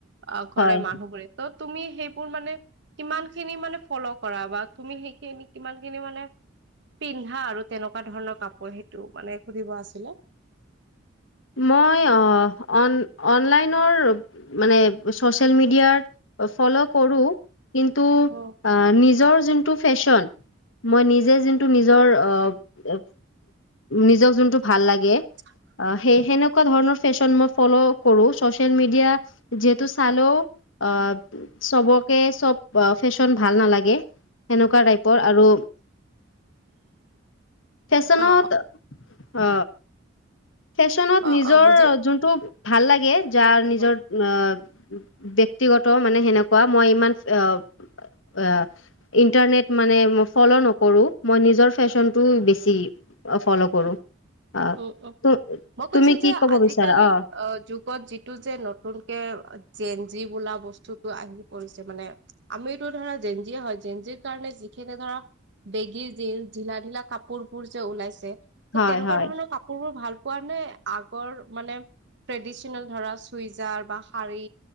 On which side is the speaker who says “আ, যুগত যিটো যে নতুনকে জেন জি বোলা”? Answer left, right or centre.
Right